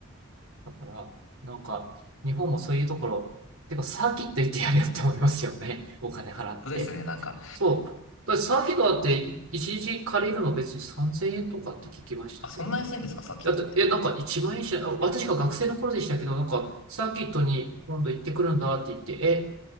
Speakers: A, on the right; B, on the left.
A: だから、なんか、日本もそういうところ、てかサーキット行ってやるよって思いますよね。お金払って。
B: そうですね、なんか。
A: そう。だからサーキットだってい一日借りるの別に3000円とかって聞きましたけどね。
B: あ、そんな安いんですかサーキットって。
A: だって、え、なんか1万円しない、あ私が学生の頃でしたけど、なんかサーキットに今度行ってくるんだって言って、え、